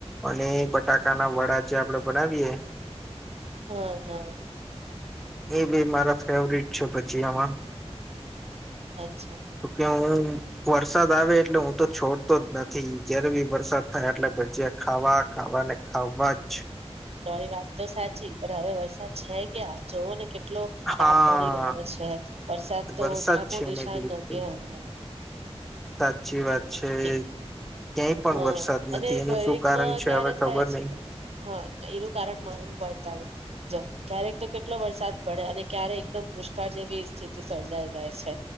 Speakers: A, in the centre; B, on the right (about 65°).
A: અને બટાકાના વડા જે આપડે બનાવીએ
B: હમ હા
A: એ બે મારા ફેવરિટ છે પછી આમાં
B: અચ્છા
A: તો ક્યા હો વરસાદ આવે એટલે હું તો છોડતો જ નથી જયારે બી વરસાદ થાય એટલે ભજીયા ખાવા, ખાવા, ને ખવાજ
B: તારી વાત તો સાચી પણ હવે વરસાદ છે કયા જોવો ને કેટ એટલો
A: હા
B: તાપ પડી રહ્યો છે, વરસાદ તો
A: વરસાદ
B: નામો
A: છે
B: નિશાન
A: ને બિલકુલ
B: નથી હમણા
A: સાચી વાત છે
B: કે
A: ક્યાંય પણ
B: હા
A: વરસાદ
B: અને
A: નથી એનું
B: ઘરેકમાં
A: શું કારણ છે
B: ક્યારે
A: હવે ખબર
B: થાય છે
A: નહિ
B: હા એનું કારણ હું બતાડુ જ ક્યારેક તો કેટલો વરસાદ પડે અને ક્યારેક એકદમ દુષ્કાળ જેવી સ્થિતિ સર્જાઈ જાય છે